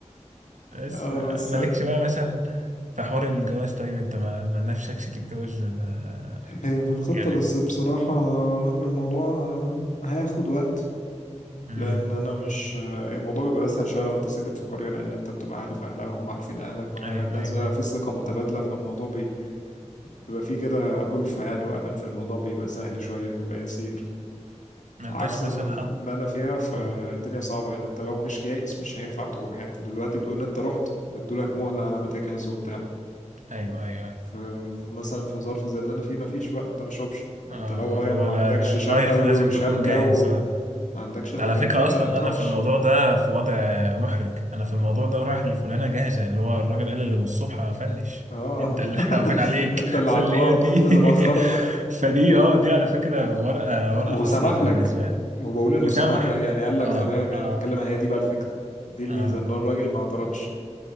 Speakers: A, on the right; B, on the left.
A: بس
B: اه
A: ما-
B: بس
A: مالكش بقى مثلا في حوار الجواز طيب انت ما ما نفسكش تتجوز ده ده-
B: هي في الخطة
A: يعني
B: بس بصراحة الموضوع هياخد وقت
A: امم
B: لان انا مش الموضوع بيبقى اسهل شويه لو انت ساكن في قريه لان انت بتبقى عارف اهلها وهم عارفين اهلك الناس
A: ايوه ايوه
B: بيبقى
A: ايوه
B: في ثقه متبادله فالموضوع بي- بيبقى فيه كده ألفة يعني وامان في الموضوع بيبقى سهل شويه بيبقى يسير
A: ما
B: عكس
A: انتش مثلا
B: م-
A: حط
B: اللي انا فيها فالدنيا
A: قول
B: صعبه يعني انت لو مش جاهز مش هينفع تروح يعني انت دلوقتي بتقول ان انت رحت وادولك مهله على ما تجهز وبتاع
A: ايوه ايوه ايوه
B: ف- فمثلا في ظرف زي اللي انا فيه مفيش بقى ده مش اوبشن انت
A: اه
B: لو رايح
A: اللي هو
B: ما
A: لا
B: عندكش شقه
A: لا رايح
B: وشبكه
A: لازم تكون جاهز
B: وما
A: اه
B: عندكش الحاجات
A: ده على فكرة
B: دي ما
A: أصلا
B: تروحش
A: أنا في الموضوع ده في وضع محرج أنا في الموضوع ده رايح لفلانة جاهزة اللي هو الراجل قال اللي الصبح هفنش
B: اه
A: أنت
B: <laughs>
A: اللي إحنا واقفين عليك
B: انت اللي
A: <laughs> فاللي
B: عطلان
A: هي دي
B: انت
A: <laughs>
B: اللي بخرنا
A: فدي اه دي على فكرة ورقة
B: <laughs>
A: ورقة
B: وسمح
A: خسرانة
B: لك
A: بالنسبة لي
B: وبقول انه
A: وسمح
B: سمح لك يعني قال لك
A: اه
B: تمام يعني
A: اه
B: بتكلم هي دي بقى الفكره دي الميزه
A: اه
B: ان الراجل ما اعترضش